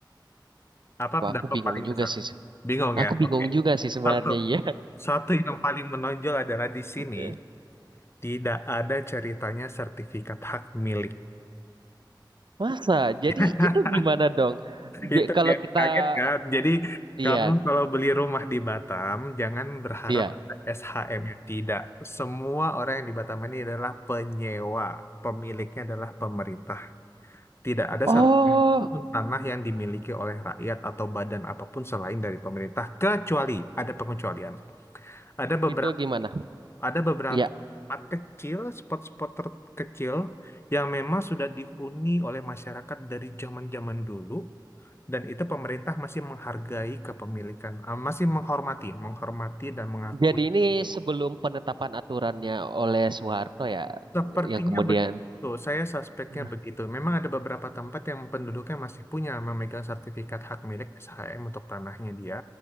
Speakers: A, on the left; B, on the right.
A: apa
B: Wah,
A: dampak
B: aku bingung
A: paling
B: juga
A: besar?
B: sih,
A: Bingung
B: aku
A: ya?
B: bingung
A: Oke.
B: juga sih sebenarnya
A: Satu,
B: iya.
A: Satu yang paling menonjol adalah di sini
B: <laughs>
A: tidak ada ceritanya sertifikat hak milik.
B: Masa? Jadi
A: <laughs>
B: itu gimana dong? Di-
A: Itu
B: Kalau
A: dia
B: kita,
A: kaget kan.
B: eh,
A: Jadi kamu
B: iya,
A: kalau beli rumah di Batam jangan berharap
B: iya.
A: ada SHM ya. Tidak. Semua orang yang di Batam ini adalah penyewa. Pemiliknya adalah pemerintah. Tidak ada
B: Oh,
A: satu tanah yang dimiliki oleh rakyat atau badan apapun selain dari pemerintah kecuali ada pengecualian. Ada beberapa
B: itu gimana?
A: Ada beberapa
B: Iya.
A: tempat kecil, spot-spot terkecil yang memang sudah dihuni oleh masyarakat dari zaman-zaman dulu dan itu pemerintah masih menghargai kepemilikan, eh, masih menghormati, menghormati dan mengakui.
B: Jadi ini sebelum penetapan aturannya oleh Soeharto ya,
A: Sepertinya
B: yang kemudian,
A: begitu, saya suspeknya
B: nah,
A: begitu. Memang ada beberapa tempat yang penduduknya masih punya memegang sertifikat hak milik SHM untuk tanahnya dia,